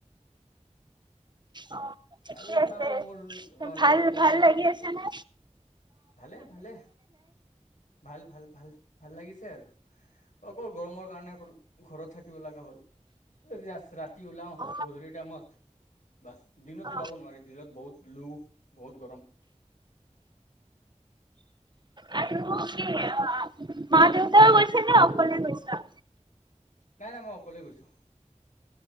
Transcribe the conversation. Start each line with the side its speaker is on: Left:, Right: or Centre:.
Right: অহ ঠিকে
Left: আৰু
Right: আছে
Left: চাও মোৰ
Right: ভাল
Left: লগৰ বন্ধু
Right: ভাল লাগি আছেনে?
Left: ভালে ভালে ভাল ভাল ভাল ভাল লাগিছে আৰু অকল গৰমৰ কাৰণে অকল ঘৰত থাকিব লগা হ'ল ৰা ৰাতি ওলাওঁ
Right: অ
Left: গধূলি টাইমত বাছ দিনতো
Right: অ
Left: ওলাব নোৱাৰি দিনত বহুত লো বহুত গৰম
Right: আৰু কি মা -দেউতাই গৈছে নে অকলে গৈছা?
Left: নাই নাই মই অকলে গৈছো।